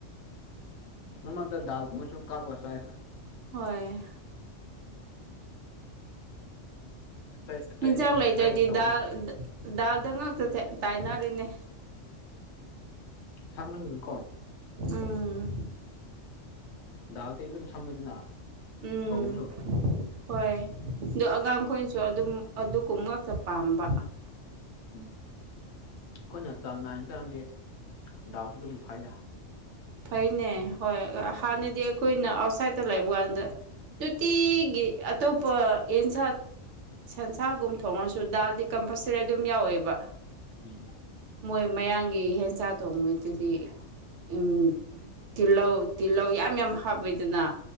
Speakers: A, on the left; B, on the right.
A: ꯃꯥꯃꯡꯗꯥꯜꯒꯣꯝꯕꯁꯨ ꯀꯥꯕꯁꯥꯏ ꯍꯣꯏ
B: ꯍꯣꯏ
A: ꯑꯇꯩ ꯑꯇꯩꯗꯤ
B: ꯍꯤꯟꯖꯥꯛ ꯂꯩꯇ꯭ꯔꯗꯤ
A: ꯑꯇꯩꯗꯤ ꯇꯧꯗꯦ
B: ꯗꯥꯜ ꯗꯥꯜꯗ ꯉꯥꯛꯇ ꯇꯥꯏꯅꯔꯤꯅꯦ
A: ꯊꯝꯟ ꯅꯀꯣ
B: ꯎꯝ
A: ꯗꯥꯎꯇꯤ ꯑꯗꯨꯝ ꯁꯝꯃꯤꯗꯅ
B: ꯎꯝ
A: ꯊꯣꯡꯉꯁꯨ
B: ꯍꯣꯏ ꯑꯗꯨ ꯑꯉꯥꯡꯈꯣꯏꯁꯨ ꯑꯗꯨꯝ ꯑꯗꯨ ꯀꯨꯝ ꯉꯛꯇ ꯄꯥꯝꯕ
A: ꯎꯝ ꯑꯩꯈꯣꯏꯅ ꯆꯥꯡ ꯅꯥꯏꯅ ꯆꯥꯔꯗꯤ ꯗꯥꯎꯁꯨ ꯑꯗꯨꯝ ꯐꯩꯗ
B: ꯐꯩꯅꯦ ꯍꯣꯏ
A: ꯎꯝ
B: ꯍꯥꯟꯅꯗꯤ ꯑꯩ ꯑꯩꯈꯣꯏꯅ ꯑꯥꯎꯠꯁꯥꯏꯠꯇ ꯂꯩꯕ ꯀꯥꯟꯗ ꯅꯨꯡꯇꯤꯒꯤ ꯑꯇꯣꯞꯄ ꯌꯦꯟꯁꯥꯡ ꯁꯟꯁꯥꯒꯨꯝ ꯊꯣꯡꯉꯁꯨ ꯗꯥꯜꯗꯤ ꯀꯝꯄꯜꯁꯔꯤ ꯑꯗꯨꯝ ꯌꯥꯎꯌꯦꯕ
A: ꯎꯝ
B: ꯃꯣꯏ ꯃꯌꯥꯡꯒꯤ ꯍꯦꯟꯖꯥ ꯊꯣꯡꯕꯗꯨꯗꯤ ꯎꯝ ꯇꯤꯜꯍꯧ ꯇꯤꯜꯍꯧ ꯌꯥꯝ ꯌꯥꯝ ꯍꯥꯞꯄꯤꯗꯅ